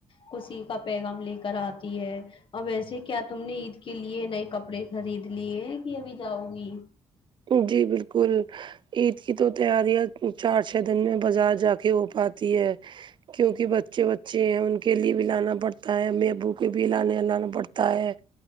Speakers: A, on the left; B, on the right.
A: کوشی پیغام لے کر آتی ہے اب ویسے کیا تم نے عید کے لیے نئے کپڑے خرید لیے ہیں کہ ابھی جاؤ گی
B: جی بالکل عید کی تو تیاریاں چار چھ دن میں بازار جا کے ہو پاتی ہے کیونکہ بچے بچے ہیں ان کے لیے بھی لانا پڑتا ہے مبو کے بھی لانے لانا پڑتا ہے